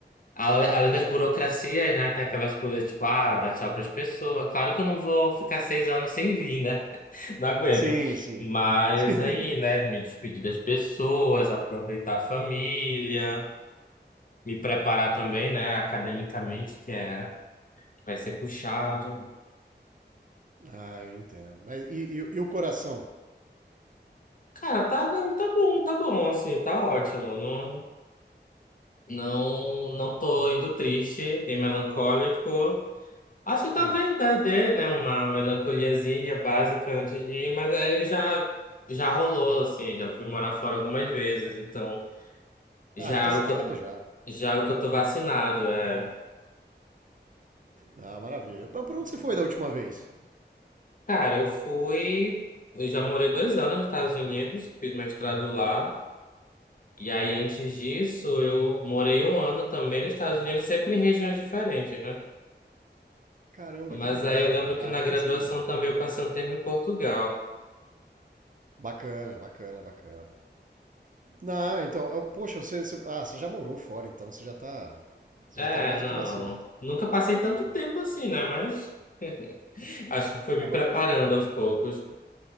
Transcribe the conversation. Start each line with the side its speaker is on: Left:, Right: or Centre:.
Left: ale- Além das burocracias, né, tem aquelas coisas tipo, ah, dar tchau pras pessoas. Claro que eu não vou ficar seis anos sem vir, né? <laughs> Não aguento.
Right: Sim, sim.
Left: Mas
Right: <laughs>
Left: aí, né, me despedir das pessoas, aproveitar a família, me preparar também, né, academicamente, que é... vai ser puxado.
Right: Ah, eu entendo. Mas e, e- e o coração?
Left: Cara, tá, não, tá bom, tá bom, assim, tá ótimo. Não, Não, não tô indo triste, nem melancólico. Acho que talvez
Right: Sim.
Left: dê, dê, né, uma melancoliazinha básica antes de ir, mas aí já, já rolou, assim, já fui morar fora algumas vezes, então já
Right: Ah, então
Left: é algo
Right: você tá
Left: que eu,
Right: calejado.
Left: já é algo que eu tô vacinado, é.
Right: Ah, maravilha. Pra, pra onde você foi da última vez?
Left: Cara, eu fui, eu já morei dois anos nos Estados Unidos, fiz mestrado lá, e aí antes disso eu morei um ano também nos Estados Unidos, sempre em regiões diferentes, né?
Right: Caramba,
Left: Mas
Right: que legal,
Left: aí eu lembro
Right: velho.
Left: que
Right: Ah,
Left: na
Right: então
Left: graduação
Right: sim.
Left: também eu passei um tempo em Portugal.
Right: Bacana, bacana, bacana. Não, então, eu- poxa, você, você- ah, você já morou fora, então você já tá, você
Left: É,
Right: já tá mais
Left: não.
Right: do que vacinado.
Left: Nunca passei tanto
Right: É,
Left: tempo assim, né? Mas <laughs> acho que foi
Right: Ah,
Left: me
Right: mas
Left: preparando
Right: agora.
Left: aos poucos.